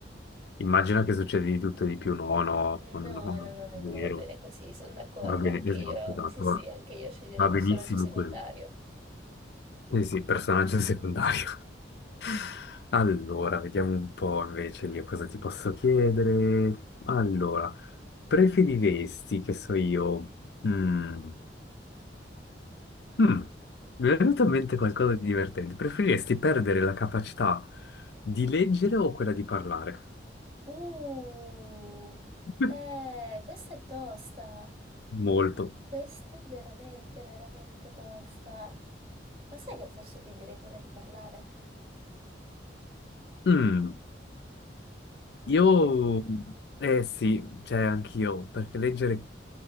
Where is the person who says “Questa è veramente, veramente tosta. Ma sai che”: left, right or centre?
Right